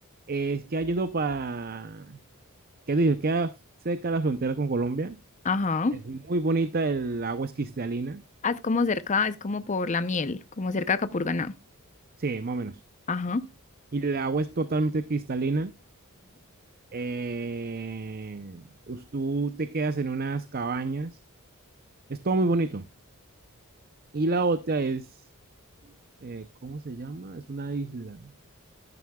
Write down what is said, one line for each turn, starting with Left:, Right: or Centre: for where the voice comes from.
Right: Es que yendo para, ¿qué digo? Queda cerca de la frontera con Colombia.
Left: Ajá.
Right: Es muy bonita, el agua es cristalina.
Left: Ah, es como cerca, es como por la miel, como cerca de Capurganá.
Right: Sí, más o menos.
Left: Ajá.
Right: Y el agua es totalmente cristalina. Eh, pues tú te quedas en unas cabañas. Es todo muy bonito. Y la otra es eh, ¿cómo se llama? Es una isla.